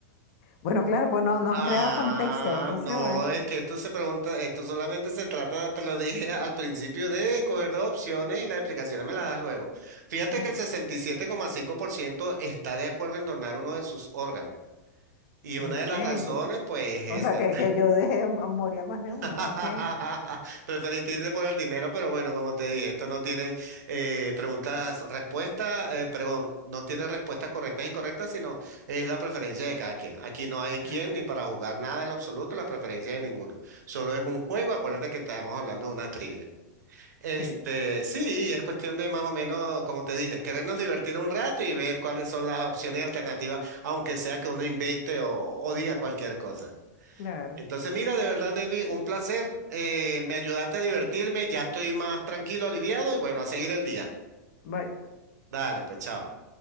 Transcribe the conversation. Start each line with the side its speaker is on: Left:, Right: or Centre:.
Left: Bueno, claro, pues no, no han
Right: Ah,
Left: creado contexto, entonces
Right: no,
Left: bueno,
Right: es que esto se pregunta, esto solamente se trata, te lo dije <laughs> al principio, de escoger dos opciones y las explicaciones me las das luego. Fíjate
Left: ajá,
Right: que el sesenta y siete coma cinco por ciento está de acuerdo en donar uno de sus órganos. Y
Left: en
Right: una de
Left: serio.
Right: las razones, pues, es
Left: O sea,
Right: esta.
Left: que, que yo dejé a morir a más de uno,
Right: <laughs>
Left: ok,
Right: Preferiste irte por el dinero, pero bueno, como te dije, esto no tiene eh, preguntas, respuestas, eh, perdón, no tiene respuestas correctas e incorrectas, sino es la preferencia de cada quien. Aquí no hay quien
Left: claro,
Right: ni para jugar nada en lo absoluto, las preferencias de ninguno. Solo es un juego, acuérdate que estamos hablando de una trivia. Este,
Left: sí,
Right: sí, es cuestión de más o menos, como te dije, querernos divertir un rato y ver cuáles son las opciones alternativas, aunque sea que uno invente o o diga cualquier cosa.
Left: claro.
Right: Entonces, mira, de verdad, Nelvi, un placer. Eh, me ayudaste a divertirme, ya estoy más tranquilo, aliviado y bueno, a seguir el día.
Left: Va-
Right: Dale, pues chao.